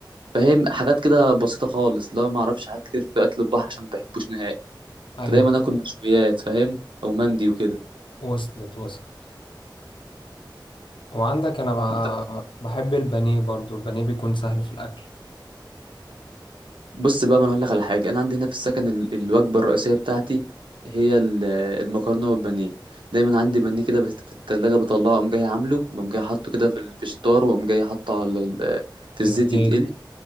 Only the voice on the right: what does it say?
فاهم حاجات كده بسيطه خالص اللي هو ما اعرفش حاجات كتير في اكل البحر عشان ما بحبوش نهائي
فدايما اكل مشويات فاهم او مندي وكده
انت
بص بقى ما انا اقول لك على حاجه انا عندي هنا في السكن ال- الوجبه الرئيسيه بتاعتي هي ال- المكرونه والبانيه دايما عندي بانيه كده بس- في التلاجة بطلعه اقوم جاي عامله واقوم جاي حاطه كده في ال- في الشطار واقوم جاي حاطه على ال- في
الزيت
يتقلي